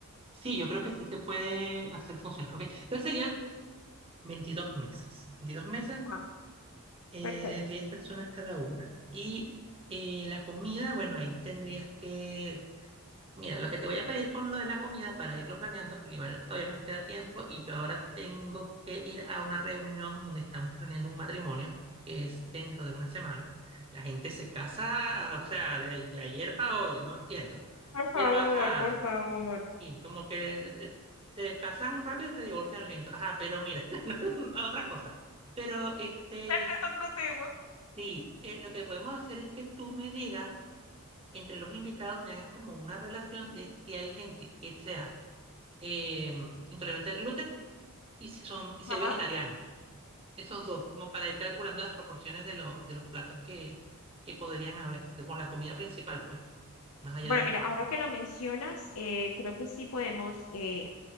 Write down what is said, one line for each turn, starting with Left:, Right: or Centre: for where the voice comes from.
Right: Sí, yo creo que sí se puede hacer funcionar. Ok, entonces serían veintidós mesas, 22 mesas
Left: ajá.
Right: eh,
Left: Perfecto.
Right: de 10 personas cada una. Y eh, la comida, bueno, ahí tendrías que Mira, lo que te voy a pedir con lo de la comida para irlo planeando, porque igual todavía nos queda tiempo y yo ahora tengo que ir a una reunión donde estamos planeando un matrimonio, que es dentro de una semana. La gente se casa, o sea, de, de ayer para hoy, no entiendo.
Left: Por
Right: Pero
Left: favor,
Right: ajá,
Left: por favor.
Right: y como que eh, te casan rápido, y te divorcian lento. Ajá, pero mira, <laughs> no, otra cosa. Pero este,
Left: Ese es otro tema.
Right: sí, eh, lo que podemos hacer es que tú me digas, entre los invitados, me hagas como una relación de si hay gente que sea eh, intolerante al gluten y si son, y si hay
Left: Ajá.
Right: vegetarianos. Esos dos, como para ir calculando las proporciones de, lo- de los platos que, que podrían haber, como la comida principal, pues, más allá
Left: Bueno,
Right: de
Left: mira,
Right: los.
Left: ahora que lo mencionas, eh, creo que sí podemos, eh,